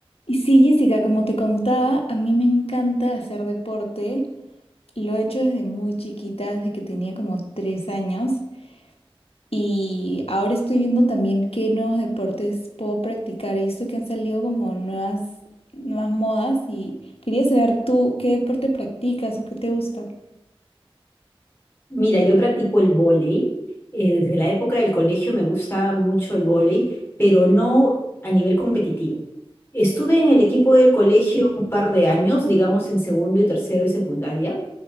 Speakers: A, on the left (about 85°); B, on the left (about 25°).
A: Y sí, Jessica, como te contaba, a mí me encanta hacer deporte. Lo he hecho desde muy chiquita, desde que tenía como tres años. Y ahora estoy viendo también qué nuevos deportes puedo practicar. He visto que han salido como nuevas, nuevas modas y quería saber tú qué deporte practicas o qué te gusta.
B: Mira, yo practico el vóley. eh, desde la época del colegio me gusta mucho el vóley, pero no a nivel competitivo. Estuve en el equipo del colegio un par de años, digamos en segundo y tercero de secundaria,